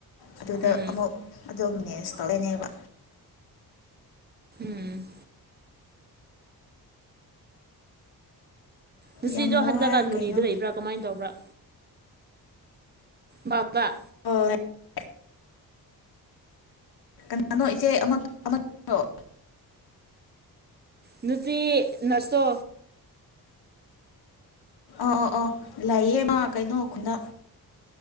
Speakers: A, on the left (about 75°); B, on the right (about 25°).
A: ꯑꯗꯨꯗ
B: ꯎꯝ
A: ꯑꯃꯨꯛ ꯑꯗꯣ ꯃꯦꯅꯦꯁ ꯇꯧꯔꯅꯦꯕ
B: ꯎꯝ <unintelligible>
A: ꯌꯥꯝ ꯋꯥꯏ
B: ꯍꯟꯗꯛꯀꯥꯟ ꯅꯣꯅꯤꯗ
A: ꯀꯩꯅꯣ
B: ꯂꯩꯕ꯭ꯔꯥ ꯀꯃꯥꯏꯅ ꯇꯧꯕ꯭ꯔꯥ ꯕꯥꯕꯥ
A: <unintelligible> ꯀꯅꯥꯅꯣ ꯏꯆꯦ ꯑꯃ ꯑꯃ ꯑꯣ꯫
B: ꯅꯨꯄꯤ ꯅꯔꯁꯇꯣ꯫
A: ꯑ ꯑ ꯑ ꯂꯩꯌꯦ ꯃꯥ ꯀꯩꯅꯣ ꯈꯨꯟꯗ